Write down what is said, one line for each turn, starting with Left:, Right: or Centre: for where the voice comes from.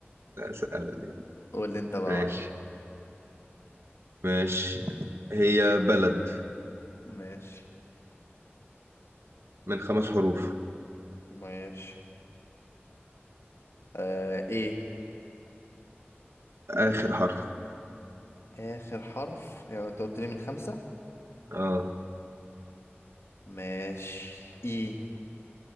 Right: لا، سهلة
Left: قول لي انت بقى
Right: ماشي
Left: واحد
Right: ماشي هي بلد
Left: ماشي
Right: من خمس حروف
Left: ماشي آه ايه
Right: آخر حرف
Left: اخر حرف يعني انت قلت لي من خمسة
Right: اه
Left: ماشي ايه